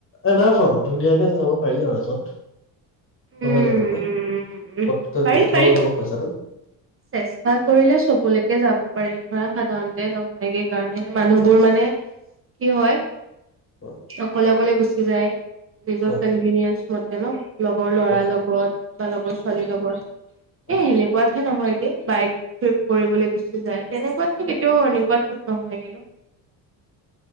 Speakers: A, on the left; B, on the right.
A: এন আফ আও ধুনীয়াকে যাব পাৰি আৰু এজন
B: উম
A: নহয় জানো কা পতকে
B: পাৰি
A: গোট খাও
B: পাৰি
A: যাব পইচাটো
B: চেষ্টা কৰিলে চবলৈকে যাব পাৰি ধৰা সাধাৰণতে নহয়গেই কাৰণেহে মানুহবোৰ মানে কি হয়
A: অ
B: অকলে অকলে গুচি হোজাই নিজৰ
A: অ
B: কনভিনিয়েঞ্চ মতে ন লগৰ ল'ৰাৰ
A: অ
B: লগত বা লগৰ ছোৱালীৰ
A: অ
B: লগত
A: অ
B: এ সেনেকোৱাতহে নহয় বাইক ট্ৰিপ কৰিবলৈ গুচি যায় তেনেকোৱাতটো কেতিয়াও এনেকোৱা নহয়গে ন